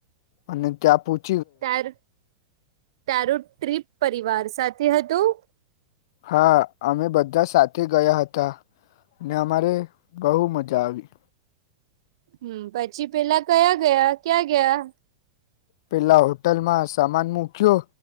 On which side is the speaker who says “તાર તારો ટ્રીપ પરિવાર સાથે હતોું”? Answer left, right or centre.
Right